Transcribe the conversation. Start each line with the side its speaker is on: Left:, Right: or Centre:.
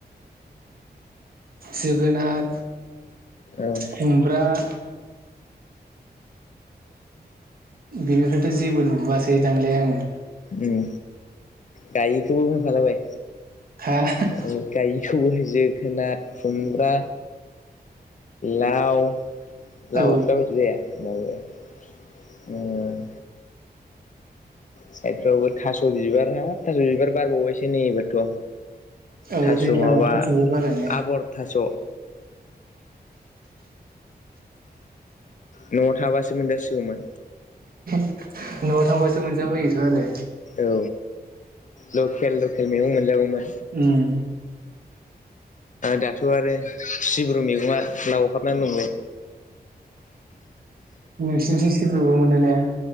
Right: जोगोनाथ
Left: औ
Right: खुमब्रा <inaudible> बेनिफ्रायथ' जेबो नुबोआसै दांलै आङो
Left: उम गायैखौबो होनफालाबाय
Right: हा
Left: ओ गायि सबाय जोगोनार खुमब्रा लाव
Right: औ
Left: लाउआथ दा बायदियाव जाया होमबाबो उम सायथफ्रावबो थास' बिबार हाब थास' बिबार बारबावबायसो नै एबारथ'
Right: औ
Left: थास'
Right: दैज्लाङाव
Left: माबा
Right: थास'बो बारोने
Left: आबर थास' न'आव थाबासो मोनजासिगौमोन
Right: <inaudible> न'आव थांबासो मोनजाबोयोथ' आरो
Left: औ लकेल लकेल मैगं मोनजागौमोन
Right: उम
Left: दाथ' आरो सिब्रु मैगङा लावहाबनानै दं बे
Right: नोंसिनिथिं सिब्रुबो मोनो ने